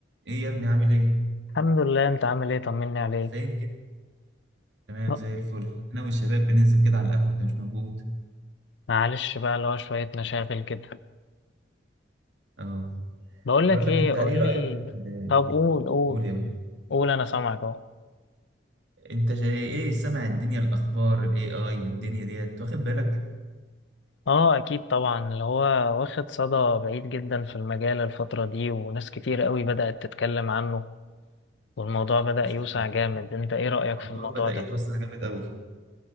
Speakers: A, on the right (about 75°); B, on the left (about 70°).
A: ايه يا ابني عامل ايه
B: الحمد لله انت عامل ايه طمني عليك
A: فين كده تمام
B: ب-
A: زي الفل انا والشباب بننزل كده على القهوه انت مش موجود
B: معلش بقى اللي هو شوية مشاغل كده
A: اه
B: بقول لك
A: بقول لك
B: ايه
A: انت
B: قول
A: ايه
B: لي
A: رايك في ال-
B: طب قول قول
A: قول يا باشا
B: قول انا سامعك اهو
A: انت جاي ايه سامع الدنيا الاخبار الاي اي والدنيا ديت واخد بالك
B: اه اكيد طبعا اللي هو واخد صدى بعيد جدا في المجال الفترة دي وناس كتير قوي بدأت تتكلم عنه والموضوع بدأ
A: مش
B: يوسع
A: عارف
B: جامد انت ايه رأيك
A: الموضوع
B: في الموضوع
A: بدا
B: ده
A: يتوسع جامد قوي